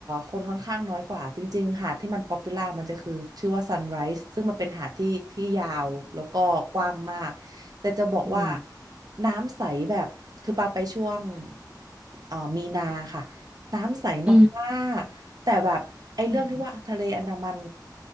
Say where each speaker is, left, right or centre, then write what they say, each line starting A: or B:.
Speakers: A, on the right (about 60°); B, on the right (about 20°).
A: คนค่อนข้างน้อยกว่าจริงๆหาดที่มันป๊อปปูล่ามันจะคือชื่อว่า Sunrise ซึ่งมันเป็นหาดที่ที่ยาวแล้วก็กว้างมากแต่จะบอกว่า
B: อืม
A: น้ำใสแบบคือปาไปช่วงเอ่อมีนาค่ะน้ำใส
B: อืมอืม
A: มากๆแต่แบบไอ้เรื่องที่ว่าทะเลอันดามัน
B: อืม